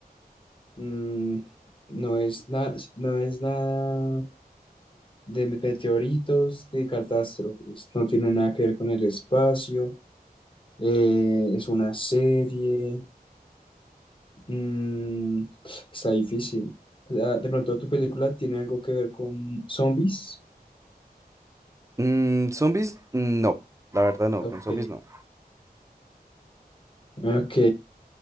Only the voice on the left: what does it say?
mm, no es nada, no es nada de meteoritos, de catástrofes, no tiene nada que ver con el espacio, eh, es una serie, mm, está difícil. La- De pronto tu película tiene algo que ver con zombies,
ok,
Ok,